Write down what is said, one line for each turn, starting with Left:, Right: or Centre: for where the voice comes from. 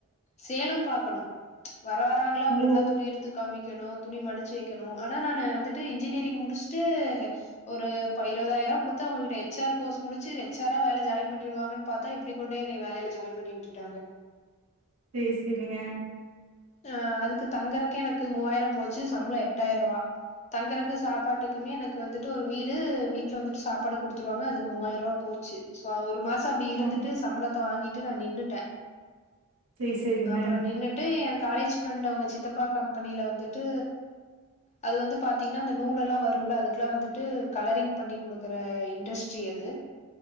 Left: சேலு பாக்கணு வர வராங்களா அவுங்களுக்குலா
Right: ஓ
Left: துணி எடுத் து காமிக்கணு துணி மடிச்சு வைக்கணு ஆனா நானு வந்துட்டு இன்ஜினியரிங் முடிச்சுட்டு ஒரு இப்ப இருபதாயிர ரூபா கொடுத்த உங்கிட்ட ஹெச் ஆர் கோர்ஸ் முடிச்சு ஹெச் ஆரா வேல ஜாயின் பண்ணிடுவாங்க பாத்தா இப்படி கொண்டே என்னேய வேலைல ஜாயின் பண்ணி விட்டுட்டாங்க
Right: சேரி சேரிங்க
Left: ஆஹ் அதுக்கு தங்குறக்கே எனக்கு மூவாயிர போச்சு சம்பள எட்டாயிர ரூபா தங்கறக்கு சாப்பாட்டுக்குமே எனக்கு வந்துட்டு ஒரு வீடு வீட்ல வந்துட்டு சாப்பாடு குடுத்துருவாங்க அதுக்கு மூவாயிர ரூபா போச்சு சோ ஒரு மாச அப்டி இருந்துட்டு
Right: ஆ
Left: சம்பளத்தை வாங்கிட்டு நா நின்னுட்டே
Right: சேரி சேரிங்க
Left: அப்பற நின்னுட்டு காலேஜ் ஃப்ரெண்ட் அவுங்க சித்தப்பா கம்பெனில வந்துட்டு அது வந்து பாத்தீங்ன்னா அந்த நூலல்லா வருல அதுக்ல்லா வந்துட்டு கலரிங் பண்ணி குடுக்கற இண்டஸ்ட்ரி அது